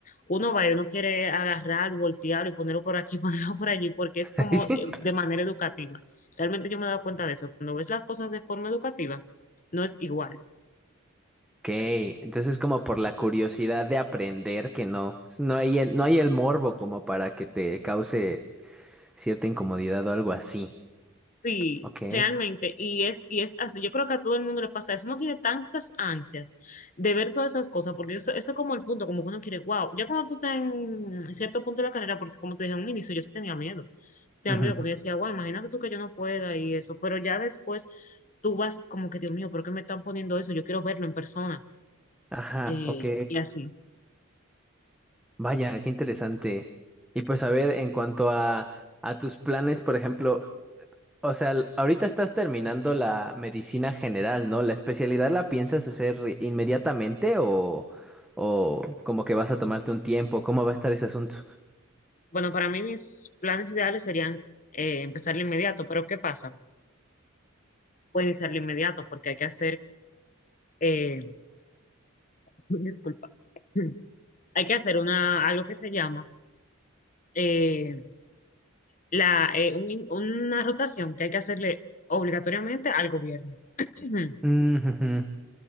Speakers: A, on the left; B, in the centre.
A: uno va y uno quiere agarrar, voltearlo y ponerlo por aquí, <laughs> ponerlo por allí, porque es
B: <laughs>
A: como eh, de manera educativa. Realmente yo me he dado cuenta de eso. Cuando ves las cosas de forma educativa, no es igual.
B: Ok, entonces como por la curiosidad de aprender que no, no hay el, no hay el morbo como para que te cause cierta incomodidad o algo así.
A: Sí,
B: Ok.
A: realmente, y es, y es así. Yo creo que a todo el mundo le pasa eso. Uno tiene tantas ansias de ver todas esas cosas, porque eso, eso es como el punto, como que uno quiere, wow, ya cuando tú estás en cierto punto de la carrera, porque como te dije en un inicio, yo sí tenía miedo. Sí tenía
B: ujú,
A: miedo, porque yo decía, wow, imagínate tú que yo no pueda y eso, pero ya después tú vas como que, Dios mío, ¿por qué me están poniendo eso? Yo quiero verlo en persona,
B: Ajá,
A: eh,
B: ok.
A: y así.
B: Vaya, qué interesante. Y pues a ver, en cuanto a, a tus planes, por ejemplo, o sea, l- ahorita estás terminando la medicina general, ¿no? ¿La especialidad la piensas hacer re- inmediatamente o, o como que vas a tomarte un tiempo? ¿Cómo va a estar ese asunto?
A: Bueno, para mí mis planes ideales serían eh, empezar de inmediato, pero ¿qué pasa? Puede iniciar de inmediato, porque hay que hacer. eh, <laughs> Disculpa. <laughs> Hay que hacer una, algo que se llama eh, la, eh, un in- una rotación que hay que hacerle obligatoriamente al gobierno. <clears throat>
B: Ujú,